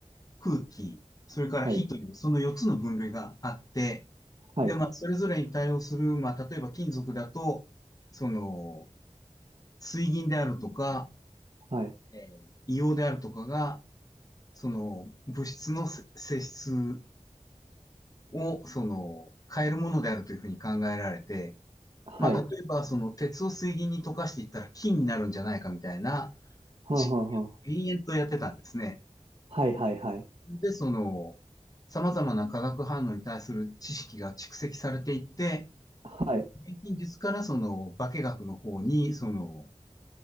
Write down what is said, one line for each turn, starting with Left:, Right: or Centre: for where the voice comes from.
Left: 空気、それから火という、
Right: はい。
Left: その4つの分類があって、
Right: はい。
Left: で、まあ、それぞれに対応する、まあ、例えば金属だと、その、水銀であるとか、
Right: はい。
Left: えー硫黄であるとかが、その、物質のせ性質を、その、変えるものであるというふうに考えられて、
Right: はい。
Left: まあ、例えば、その、鉄を水銀に溶かしていったら金になるんじゃないかみたいな
Right: はんはんはん。
Left: 実験を延々とやってたんですね。
Right: はい。はい。はい。
Left: で、その、様々な化学反応に対する知識が蓄積されていって、
Right: はい。
Left: 錬金術からその化学の方に、その、